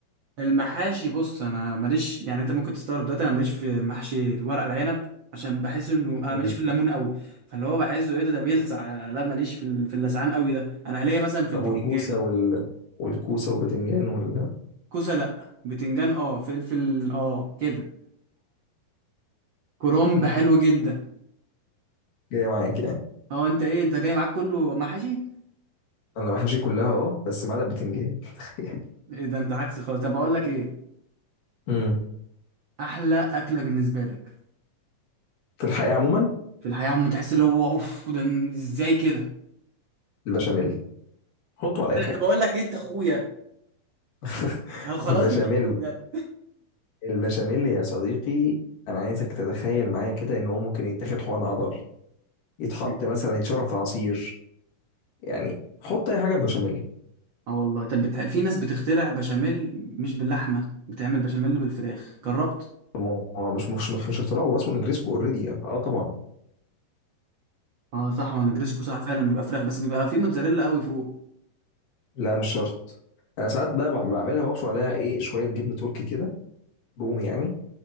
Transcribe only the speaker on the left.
مم.
طب والكوسه وال... والكوسه والبتنجان والكرنب
جايه معاك يعني
انا محاشي كلها اه بس ما عدا البتنجان <laughs> تخيل
مم.
في الحياه عموما
البشاميل حطه على اي حاجه
<laughs>
البشاميل
البشاميل يا صديقي انا عايزك تتخيل معايا كده ان هو ممكن يتاخد حقن عضل يتحط
مثلا يتشرب في عصير يعني حط اي حاجه بشاميل
طب ما هو مش مش مش اختراع هو اسمه نجريسكو اوريدي اه طبعا
لا مش شرط انا ساعات بقى بح- بعملها وابشر عليها ايه شويه جبنه تركي كده رومي يعني